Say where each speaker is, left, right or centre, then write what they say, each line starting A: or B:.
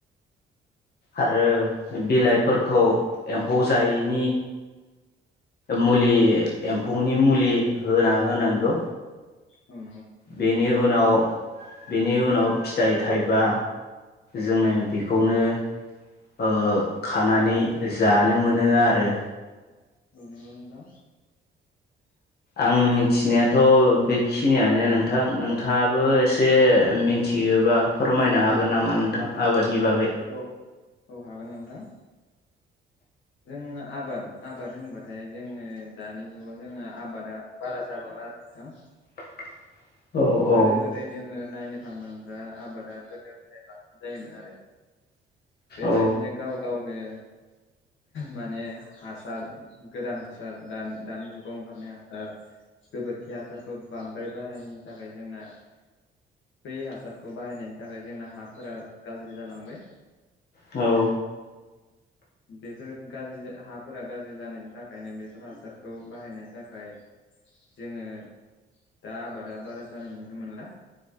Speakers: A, on the left; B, on the left.
A: आरो बिलाइफोरखौ एम्फौ जायैनि मुलि एम्फौनि मुलि होना होनांगौ।
B: औ
A: बेनि उनाव बेनि उनाव फिथाइ थाइबा जोङो बेखौनो ओ खानानै जानो मोनो आरो।
B: नंगौ नोंथां
A: आं मिथिनायाथ' बेखिनियानो नोंथां नोंथाङाबो एसे मिथि मिथियोबा फोरमायनो हागोन नामा नोंथां आबादनि बागै।
B: औ औ हागोन नोंथां। जों आबाद आबाद होनबाथाय जोंङो दानि जुगाव जोंङो आबादा बारा जाबांला आरो नोंथां।
A: <inaudible> औ
B: गोदो
A: औ
B: गोदाय जोङो नायनो थां मोनब्ला आबादा गोदो गोदाय बांसिन जायोमोन आरो बेबायदिनो
A: औ
B: गाव गावनो। माने हासार गोदान हासार दान दानि जुगाव ओंखारनाय ओ गोबोरखि आसारखौ बांद्राय बाहायनि थाखाय जोंना बै हासारखौ बाहायनायनि थाखाय जोंना हाफोरा गाज्रि जालांबाय।
A: औ
B: बेफोर गाज्रि हाफोरा गाज्रि जानायनि थाखायनो बेफोर हासारखौ बाहायनायनि थाखाय जोङो दा आबादा बारा जानाय नुनो मोनला।